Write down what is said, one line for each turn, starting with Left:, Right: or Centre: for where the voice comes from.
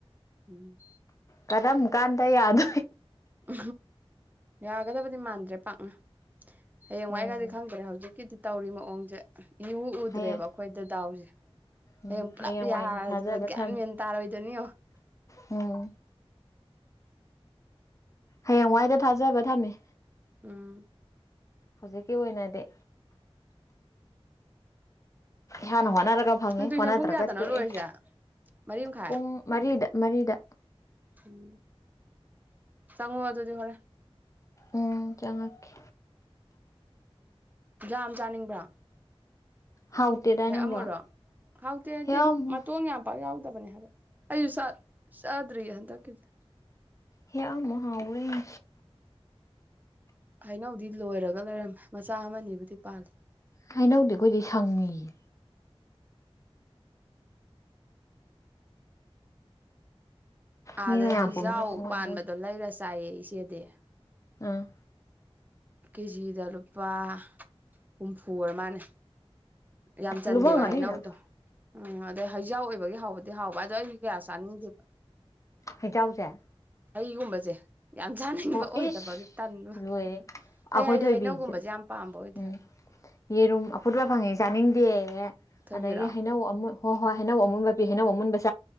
Right: ꯎꯝ
Left: ꯀꯔꯝ ꯀꯥꯟꯗ ꯌꯥꯅꯤ
Right: ꯎ ꯌꯥꯒꯗꯕꯗꯤ ꯃꯥꯟꯗ꯭ꯔꯦ ꯄꯥꯛꯅ ꯍꯌꯦꯡꯋꯥꯏꯒꯗꯤ
Left: ꯎꯝ
Right: ꯈꯪꯗ꯭ꯔꯦ ꯍꯧꯖꯤꯛꯀꯤꯗꯤ ꯇꯧꯔꯤ ꯃꯑꯣꯡꯁꯦ ꯏꯎ ꯎꯗ꯭ꯔꯦꯕ
Left: ꯍꯌꯦꯡ
Right: ꯑꯩꯈꯣꯏꯗ ꯗꯥꯎꯁꯦ
Left: ꯎꯝ
Right: ꯍꯌꯦꯡ ꯄꯨꯂꯞ
Left: ꯍꯌꯦꯡꯋꯥꯏꯗꯤ
Right: ꯌꯥ
Left: ꯊꯥꯖꯕ
Right: ꯒ꯭ꯌꯥꯟ
Left: ꯊꯝꯃꯤ
Right: ꯃꯦꯟ ꯇꯥꯔꯣꯏꯗꯣꯏꯅꯤ
Left: ꯎꯝ ꯍꯌꯦꯡꯋꯥꯏꯗ ꯊꯥꯖꯕ ꯊꯝꯃꯦ
Right: ꯎꯝ
Left: ꯍꯧꯖꯤꯛꯀꯤ ꯑꯣꯏꯅꯗꯤ ꯍꯅ ꯍꯅ ꯈ ꯐꯪꯉꯦ
Right: ꯅꯪ ꯇꯨꯏꯁꯟ
Left: ꯍꯣꯠꯅꯗ꯭ꯔꯒ
Right: ꯄꯨꯡ ꯀꯌꯥꯗꯅꯣ
Left: ꯇꯣꯛꯑꯦ
Right: ꯂꯣꯏꯔꯤꯁꯦ ꯃꯔꯤ ꯃꯈꯥꯏ
Left: ꯄꯨꯡ ꯃꯔꯤꯗ ꯃꯔꯤꯗ
Right: ꯎꯝ ꯆꯉꯣ ꯋꯥꯖꯣꯗꯦ ꯐꯔꯦ
Left: ꯎꯝ ꯆꯉꯛꯀꯦ
Right: ꯌꯥꯝꯖ ꯌꯥꯝ ꯆꯥꯅꯤꯡꯕ꯭ꯔꯥ
Left: ꯍꯥꯎꯇꯦꯗ
Right: ꯍꯦ
Left: ꯅꯪꯕꯣ
Right: ꯑꯃꯨꯔꯣ ꯍꯥꯎꯇꯤ ꯍꯥꯏꯗꯤ
Left: ꯍꯦꯛꯑꯝꯃꯣ
Right: ꯃꯇꯣꯡ ꯌꯥꯝ ꯄ ꯌꯥꯎ ꯕꯅꯦ ꯍꯥꯏꯕ ꯑꯩꯁꯨ ꯁꯥ꯭ꯔꯔꯤ ꯍꯗ ꯀꯗ꯭ꯔꯦ
Left: ꯍꯦ ꯑꯃ ꯃꯍꯥ ꯑꯣꯏꯔꯤ
Right: ꯍꯩꯅꯧꯗꯤ ꯂꯣꯏꯔꯒ ꯂꯩꯔꯝꯃꯦ ꯆꯥꯃꯅꯤꯕꯨꯗꯤ ꯄꯥꯜꯂꯤ
Left: ꯍꯩꯅꯧꯗꯤ ꯑꯩꯈꯣꯏꯗꯤ ꯁꯪꯉꯤꯌꯦ
Right: ꯑꯥꯗꯩ
Left: ꯃꯤ ꯃꯌꯥꯝ
Right: ꯍꯩꯖꯥꯎ
Left: ꯄꯨꯝꯅꯃꯛ ꯃꯨꯟꯗꯣꯏ
Right: ꯄꯥꯟꯕꯗꯣ ꯂꯩꯔ ꯆꯥꯏꯌꯦ ꯏꯆꯦꯗꯤ
Left: ꯑ
Right: ꯀꯦꯖꯤꯗ ꯂꯨꯄꯥ ꯍꯨꯝꯐ ꯃꯥꯅꯦ ꯌꯥꯝ ꯆꯟꯗꯦꯕ
Left: ꯂꯨꯝꯃꯝꯒꯅꯤ
Right: ꯍꯩꯅꯧꯗꯣ
Left: ꯑꯗꯨꯝ
Right: ꯎꯝ ꯑꯗꯩ ꯍꯩꯖꯥꯎ ꯑꯣꯏꯕꯒꯤ ꯍꯥꯎꯕꯗꯤ ꯍꯥꯎꯕ ꯑꯗꯣ ꯑꯩ ꯀꯌꯥ ꯆ ꯅꯤꯡꯗꯤ
Left: ꯍꯖꯎꯁꯦ
Right: ꯑꯩꯒꯨꯝꯕꯁꯦ ꯌꯥꯝꯖꯥꯅꯤꯡꯕ ꯑꯣꯏꯗꯕꯒꯤ
Left: ꯏꯁ
Right: ꯇꯟꯕ
Left: ꯂꯣꯏꯔꯦ ꯑꯩꯈꯣꯏ
Right: ꯍ ꯍꯥꯏꯗꯤ
Left: ꯊꯣꯏꯕꯤꯁꯨ
Right: ꯍꯩꯅꯧꯒꯨꯝꯕꯁꯦ ꯌꯥꯝ ꯄꯥꯝꯕ ꯑꯣꯏꯗꯦ
Left: ꯎꯝ
Right: ꯍꯥꯏꯕ
Left: ꯌꯦꯔꯨꯝ ꯑꯐꯨꯠꯕ ꯐꯪꯉꯤ ꯆꯥꯅꯤꯡ ꯦ
Right: ꯊꯣꯏꯕꯤꯔꯣ
Left: ꯑꯗꯒꯤ ꯍꯩꯅꯧ ꯑꯃ ꯍꯣꯏ ꯍꯣꯏ ꯍꯩꯅꯧ ꯑꯃꯨꯕ ꯄꯤ ꯍꯩꯅꯧ ꯑꯃꯨꯟꯕꯁꯤ